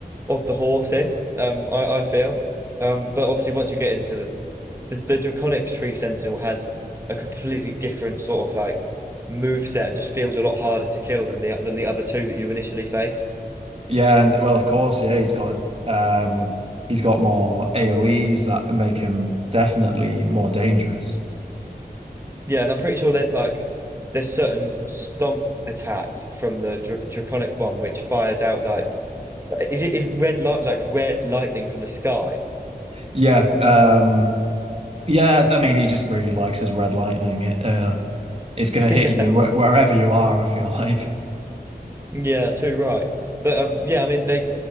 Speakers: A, on the right; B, on the right.
A: of the horses. Um, I, I feel, um, but obviously once you get into the, the, the Draconic Tree Sentinel has a completely different sort of like move set and just feels a lot harder to kill than the than the other two that you initially face.
B: Yeah, and well, of course, yeah, he's got um he's got more AoEs that make him definitely more dangerous.
A: Yeah, and I'm pretty sure there's like there's certain stomp attacks from the dr Draconic one which fires out like is it is red light like red lightning from the sky?
B: Yeah, um, yeah. I mean, he just really likes his red lightning. It, uh, it's gonna
A: <laughs> Yeah,
B: hit you wh wherever you are, I feel <laughs> like.
A: yeah, too right. But um, yeah, I mean they